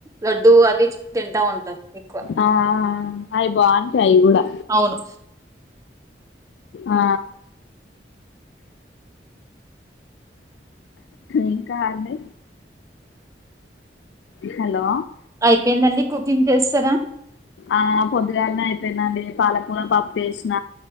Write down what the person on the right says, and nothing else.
లడ్డుూ అవి తింటా ఉంటారు ఎక్కువ
అవును
అయిపోయిందండి కుకింగ్ చేసేసరా